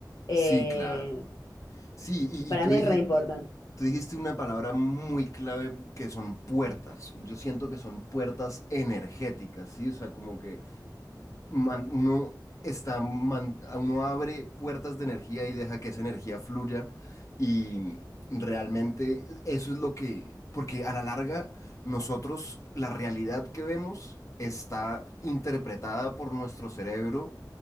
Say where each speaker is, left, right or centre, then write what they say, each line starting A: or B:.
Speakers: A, on the left; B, on the left.
A: eh,
B: Sí, claro. Sí, y,
A: para
B: y tú
A: mí
B: dijiste,
A: es re importante.
B: Tú dijiste una palabra muy clave que son puertas. Yo siento que son puertas energéticas, ¿sí? O sea, como que man- uno está, man- uno abre puertas de energía y deja que esa energía fluya y realmente eso es lo que, porque a la larga nosotros, la realidad que vemos está interpretada por nuestro cerebro